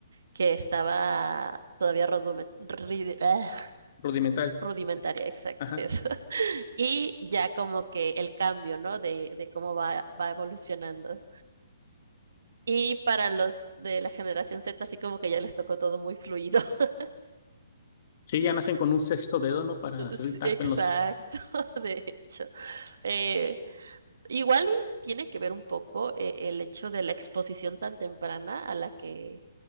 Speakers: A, on the right; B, on the left.
A: que estaba todavía rodumen- ridi- ah,
B: Rudimentario.
A: rudimentaria, exacto,
B: Ajá.
A: eso. y ya como que el cambio, ¿no? De, de cómo va, va evolucionando. Y para los de la generación Z, así como que ya les tocó todo muy fluido. <laughs>
B: Sí, ya nacen con un sexto dedo, ¿no? Para hacer
A: Sí,
B: el tap
A: Exacto,
B: en los...
A: de hecho. Eh, igual y tiene que ver un poco eh, el hecho de la exposición tan temprana a la que,